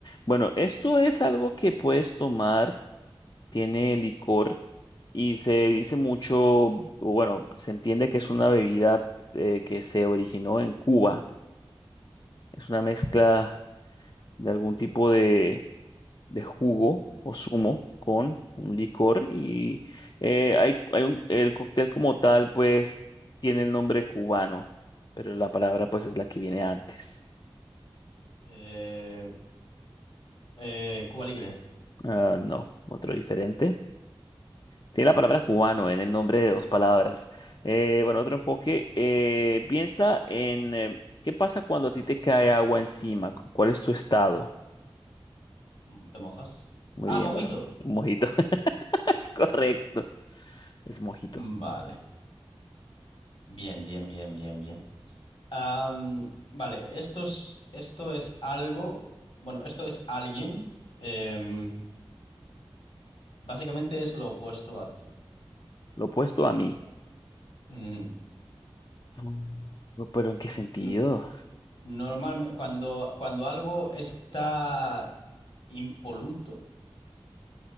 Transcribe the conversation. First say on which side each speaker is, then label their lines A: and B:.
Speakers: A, on the left; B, on the left.
A: Bueno, esto es algo que puedes tomar, tiene licor y se dice mucho, o bueno, se entiende que es una bebida eh, que se originó en Cuba. Es una mezcla de algún tipo de de jugo o zumo con un licor y eh, hay, hay un- el cóctel como tal pues tiene el nombre cubano, pero la palabra pues es la que viene antes.
B: Eh, eh, Cuba Libre.
A: Ah, no, otro diferente. Tiene la palabra cubano en el nombre de dos palabras. Eh, bueno, otro enfoque. eh, piensa en eh, qué pasa cuando a ti te cae agua encima. cu- ¿Cuál es tu estado?
B: Mm, ¿Te mojas?
A: Muy
B: Ah,
A: bien,
B: mojito.
A: bueno, un mojito. <laughs> Es correcto. Es mojito.
B: Mm, Vale. Bien, bien, bien, bien, bien. Am, vale, esto es, esto es algo, bueno, esto es alguien, em, básicamente es lo opuesto a ti.
A: Lo opuesto a mí.
B: Mm,
A: Mm, No, pero ¿en qué sentido?
B: no- normal, cuando, cuando algo está impoluto,